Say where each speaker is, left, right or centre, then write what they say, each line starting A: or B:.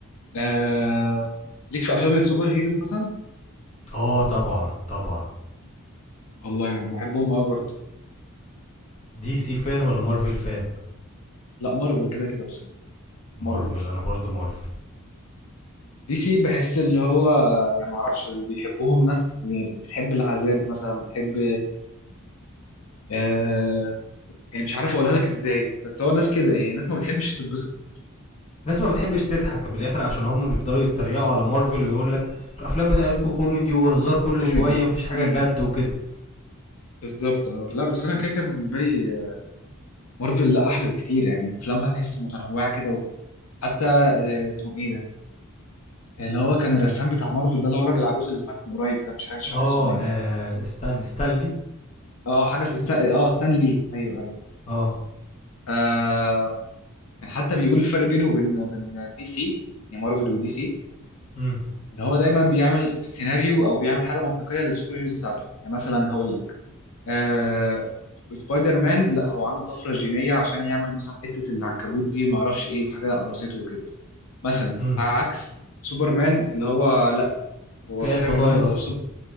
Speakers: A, on the left (about 75°); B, on the left (about 30°).
A: آه ليك في افلام السوبر هيروز مثلا
B: اه طبعا طبعا
A: والله أنا بحبهم قوي برضه
B: دي سي فان ولا مارفل فان
A: لا مارفل كده كده بصراحه
B: مارفل
A: مارفل
B: انا برضو مارفل
A: دي سي بحس اللي هو يعني ما اعرفش اللي بيحبوهم ناس يعني بتحب العذاب مثلا بتحب آه يعني مش عارف اقولها لك ازاي بس هو ناس كده يعني ناس ما بتحبش تتبسط
B: ناس ما بتحبش تضحك بالاخر عشان هم بيفضلوا يتريقوا على مارفل ويقول لك الافلام بتاعتكم كوميدي وهزار كل
A: كوميدي
B: شويه مفيش حاجه
A: امم
B: جد وكده
A: بالظبط اه لا بس انا كده كده بالنسبه لي آه، مارفل لا احلى بكتير يعني افلامها تحس متنوعه كده وحتى آه اسمه ايه ده اللي هو كان الرسام بتاع مارفل ده اللي هو الراجل العجوز اللي مات من قريب ده مش عارف- مش
B: اه
A: فاكر اسمه ايه
B: آه، استنى ستانلي
A: اه حاجه اس- استا... اه ستان لي ايوه ايوه
B: اه
A: آه، كان حتى بيقول الفرق بينه وبين بين دي سي يعني مارفل ودي سي
B: امم
A: ان هو دايما بيعمل سيناريو او بيعمل حاجه منطقيه للسوبر هيروز بتاعته يعني مثلا هقول لك آه سب- سبايدر مان لا هو عنده طفره جينيه عشان يعمل مثلا حته العنكبوت دي وما اعرفش ايه وحاجه قرصته وكده مثلا
B: امم
A: عكس سوبرمان اللي هو لا هو
B: كائن
A: صاحب
B: فضائي
A: النوم
B: اصلا
A: هو سوبر